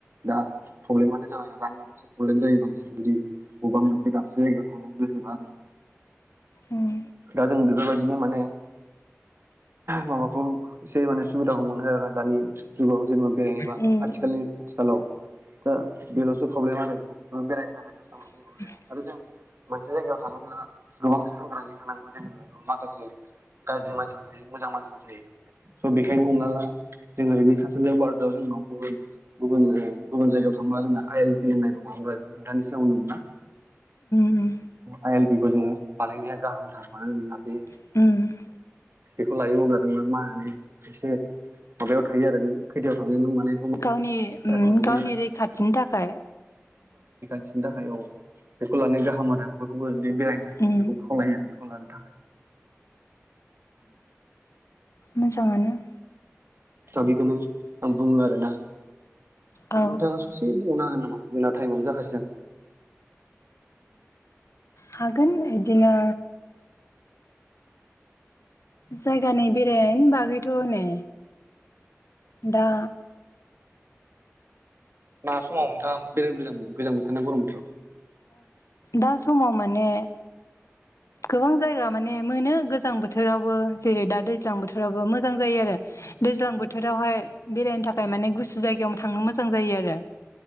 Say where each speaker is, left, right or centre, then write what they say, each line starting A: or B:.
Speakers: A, on the right (about 55°); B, on the left (about 85°).
A: दा प्रब्लेमानो जाबाय रांनिल'सो प्रब्लेम जायो बांसिन जुदि बबां मोनसे दाबसे जायगायाव थांनो गोसोबा आरो
B: ओम
A: दा जों बेफोरबायदिनो माने माबाखौ एसे माने सुबिदाखौ मोनो आरोा दानि जुगाव जेनेबा बेरायेनबा
B: उम
A: आथिखालनि आथिखालाव दा बेलावसो प्रब्लेम आरो रुबब सम
B: औ <inaudible>
A: आरो जों मोनसे जायगायाव थाङोब्ला गोबां सांग्राङै थानांगौ जेनेबा माखासे गाज्रि मानसिबो थायो मोजां मानसिबो थायो स' बेखायनो हमना ला जों ओरैनो सा सानजा भारतआव जोंनाव गुबुन गुबुन गुबुन जायगायाव थांब्ला जोंना आइ एल पि होननाय दङ ओमफ्राय नोंथनि सिगांंनो मोना
B: उम
A: आइ एल पि खौ जोङो बानायनाया गाहामथार मानो होनोब्ला बे
B: ओं
A: बेखौ लायो अब्ला नों मा मा होने एसे माबायाव थायो आरो नों खैथायाव थांनाय मानायखौ
B: गावनि
A: थाजोबो
B: गावनि
A: नालाय
B: रैखाथिनि थाखाय
A: मिथिनो थाखाय औ बेखौ लानाया गाहाम आरो आं बयखौबो जुदि बेरायनो थाङोब्ला
B: उम
A: बेखौ खावलायो आरो बेखौ लानो थाखाय
B: मोजां मोनो।
A: दा बेखौनो आं बुङो आरोना
B: औ
A: नोंथाङा दे बुंनो हागोन नामा जोंना टाइमावनो जाखागोन
B: हागोन बिदिनो जायगानि बेरायनायनि बागैथ' ने दा
A: मा समाव नोंथाङा बेरायनो मजां मोनदों गोजां बोर ना गरम बोथाव
B: दा समाव माने गोबां जायगा माने मोनो गोजां बोथोर। बोथोरावबो जेरै दा दैज्लां बोथोरावबो मोजां जायो आरो दैज्लां बोथोरावहाय बेरायनो थाखाय माने गुसु जायगायावनो थांनो मोजां जायो आरो